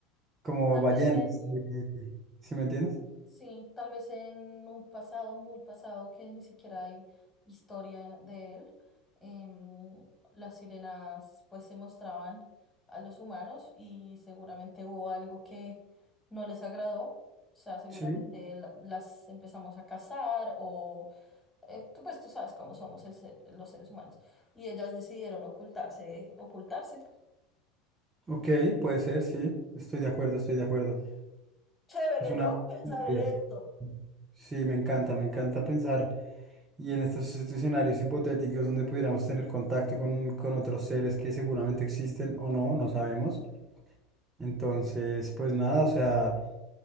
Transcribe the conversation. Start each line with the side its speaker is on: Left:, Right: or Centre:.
Right: como
Left: Tal
Right: ballenas,
Left: vez en,
Right: si me entiendes?
Left: Sí, tal vez en un pasado muy pasado que ni siquiera hay historia de él, em, las sirenas pues se mostraban a los humanos y seguramente hubo algo que no les agradó. O sea, seguramente
Right: Sí.
Left: la- las empezamos a cazar o eh, tú pues tú sabes cómo somos el ser- los seres humanos y ellas decidieron ocultarse, ocultarse.
Right: Ok, puede ser, sí, estoy de acuerdo, estoy de acuerdo.
Left: Chévere,
Right: Es una...
Left: ¿no? Pensar en
Right: Ya.
Left: esto.
Right: Sí, me encanta, me encanta pensar y en estos escenarios hipotéticos donde pudiéramos tener contacto con, con otros seres que seguramente existen o no, no sabemos. Entonces, pues nada, o sea...